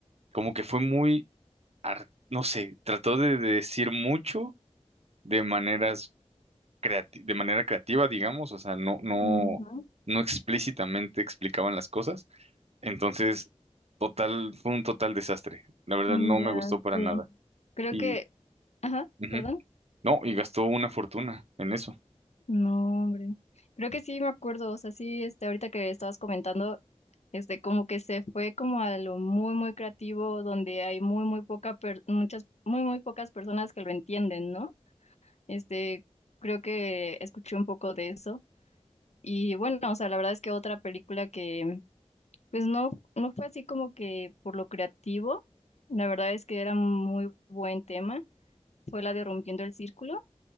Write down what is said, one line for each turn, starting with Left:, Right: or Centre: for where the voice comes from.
Right: como que fue muy, ar- no sé, trató de decir mucho de maneras creati- de manera creativa, digamos, o sea, no, no,
Left: ujú,
Right: no explícitamente explicaban las cosas, entonces, total, fue un total desastre, la verdad
Left: mm,
Right: no
Left: Ya
Right: me gustó para
Left: sé.
Right: nada.
Left: Creo
Right: Y,
Left: que, ajá,
Right: ujú.
Left: perdón.
Right: No, y gastó una fortuna en eso.
Left: No, hombre. Creo que sí me acuerdo, o sea, sí, este, ahorita que estabas comentando, este, como que se fue como a lo muy, muy creativo, donde hay muy, muy poca, per- muchas, muy, muy pocas personas que lo entienden, ¿no? Este, creo que escuché un poco de eso. Y bueno, o sea, la verdad es que otra película que Pues no, no fue así como que por lo creativo, la verdad es que era muy buen tema, fue la de Rompiendo el Círculo.